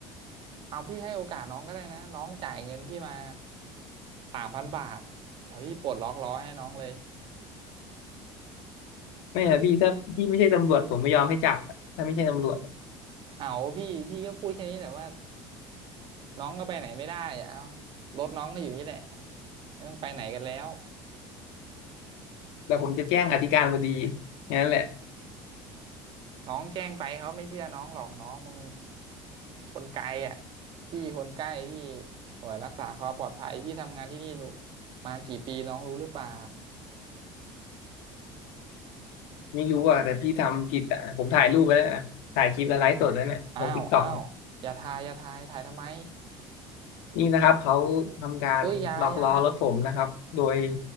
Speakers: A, on the right (about 50°); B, on the left (about 80°).
A: เอาพี่ให้โอกาสน้องก็ได้นะน้องจ่ายเงินที่มาสามพันบาทเดี๋ยวพี่ปลดล็อกล้อให้น้องเลย
B: ไม่อะพี่ถ้าพี่ไม่ใช่ตำรวจผมไม่ยอมให้จับอะถ้าไม่ใช่ตำรวจอะ
A: เอาพี่พี่ก็พูดแค่นี้แหละว่าน้องก็ไปไหนไม่ได้อะเอารถน้องก็อยู่นี่แหละไม่ต้องไปไหนกันแล้ว
B: แต่ผมจะแจ้งอธิการบดีงั้นแหละ
A: น้องแจ้งไปเขาไม่เชื่อน้องหรอกน้องมันคนไกลอ่ะพี่คนใกล้พี่หน่วยรักษาความปลอดภัยพี่ทำงานที่นี่รู้มากี่ปีน้องรู้หรือเปล่า
B: ไม่รู้อ่ะแต่พี่ทำผิดอ่ะผมถ่ายรูปไว้แล้วนะถ่ายคลิปแล้วไลฟ์สดแล้วเนี่ยลงติ๊กต็อก
A: อ้าวอ้าวอย่าทายอย่าทายถ่ายทำไม
B: นี่นะครับเขาทำการล็อกล้อรถผมนะครับโดย
A: เอ้ยอยาอยา